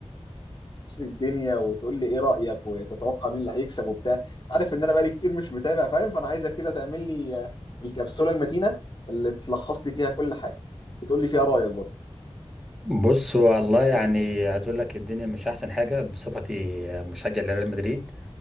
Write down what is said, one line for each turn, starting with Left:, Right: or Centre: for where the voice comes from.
Left: لي الدنيا وتقول لي ايه رأيك وتتوقع مين اللي هيكسب وبتاع انت عارف ان انا بقالي كتير مش متابع فاهم فانا عايزك كده تعمل لي آه، الكبسولة المتينة اللي تلخص لي فيها كل حاجة وتقول لي فيها رأيك برضه
Centre: بص هو والله يعني عايز اقول لك الدنيا مش احسن حاجه بصفتي مشجع لريال مدريد